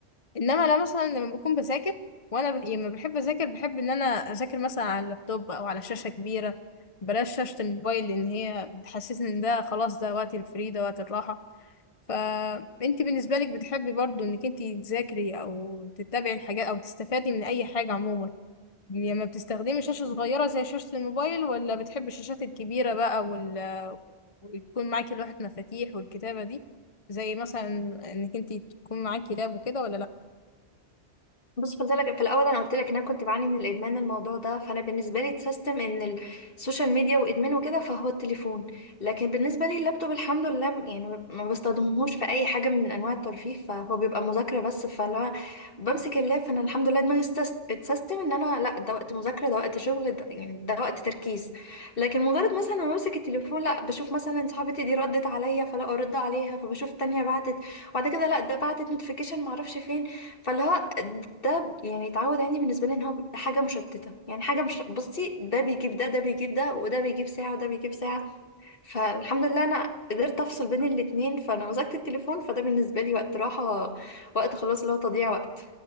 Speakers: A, on the left; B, on the left.
A: انما لا مثلا لما بكون بذاكر وانا ب... يعني لما بحب اذاكر بحب ان انا اذاكر مثلا على اللابتوب او على شاشه كبيره بلاش شاشه الموبايل لان هي بتحسسني ان ده خلاص ده وقت الفري ده وقت الراحه فانت بالنسبه لك بتحبي برضو انك انت تذاكري او تتابعي الحاجات او تستفادي من اي حاجه عموما لما بتستخدمي شاشه صغيره زي شاشه الموبايل ولا بتحبي الشاشات الكبيره بقى وال... وتكون معاكي لوحه مفاتيح والكتابه دي زي مثلا انك انت تكون معاكي لاب وكده ولا لا
B: بص قلت لك في الاول انا قلت لك ان انا كنت بعاني من الادمان الموضوع ده فانا بالنسبه لي اتسيستم ان السوشيال ميديا وادمان وكده فهو التليفون لكن بالنسبه لي اللابتوب الحمد لله م- يعني ما ما بستخدمهوش في اي حاجه من انواع الترفيه فهو بيبقى مذاكره بس فاللي هو بمسك اللاب فانا الحمد لله دماغي استس- اتسيستم ان انا لا ده وقت مذاكره ده وقت شغل ده يعني ده وقت تركيز لكن مجرد مثلا ما بمسك التليفون لا بشوف مثلا صاحبتي دي ردت عليا فلا ارد عليها فبشوف تانية بعتت وبعد كده لا ده بعتت نوتيفيكيشن معرفش فين فاللي هو ده يعني اتعود عندي بالنسبه لي ان هو حاجه مشتته يعني حاجه مش بصي ده بيجيب ده ده بيجيب ده وده بيجيب ساعه وده بيجيب ساعه فالحمد لله انا قدرت افصل بين الاتنين فانا مسكت التليفون فده بالنسبه لي وقت راحه وقت خلاص اللي هو تضييع وقت